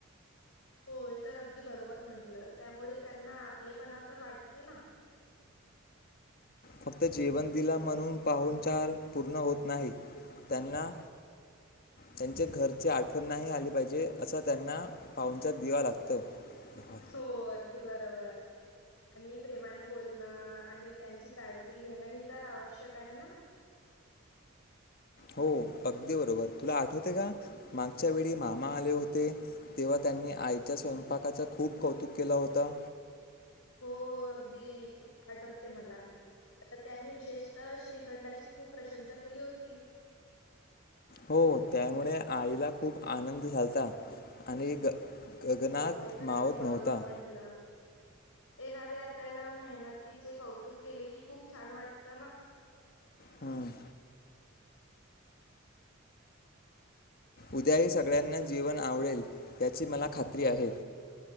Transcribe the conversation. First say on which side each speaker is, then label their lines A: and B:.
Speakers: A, on the left (about 75°); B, on the left (about 45°).
A: हो हे तर अगदी बरोबर म्हंटलं त्यामुळे त्यांना आपलेपणा तर वाटतं ना
B: फक्त जेवन दिल म्हणून पाहून चार पूर्ण होत नाही त्यांना त्यांचे घरची आठवण नाही आली पाहिजे असं त्यांना पाहुचार दिवा लागतं. <unintelligible>
A: हो अगदी बरोबर आणि प्रेमाने बोलणं आणि त्यांची काळजी घेणं ही तर आवश्यक आहे ना.
B: हो अगदी बरोबर तुला आठवते का मागच्या वेळी मामा आले होते. तेव्हा त्यांनी आईच्या स्वयंपाकाचं खूप कौतुक केला होता.
A: हो हो अगदी आठवते मला त्यांनी विशेषतः श्रीखंडाची खूप प्रशंसा केली होती.
B: हो त्यामुळे आईला खूप आनंद झालता आणि ग.. गगनात
A: हो हे तर
B: मावत
A: अगदी बरोबर
B: नव्हता.
A: म्हंटलं एखादे आपल्याला मेहनतीचे कौतुक केले की खूप छान वाटतं ना
B: हम उद्याही सगळ्यांना जेवन आवडेल याची मला खात्री आहे.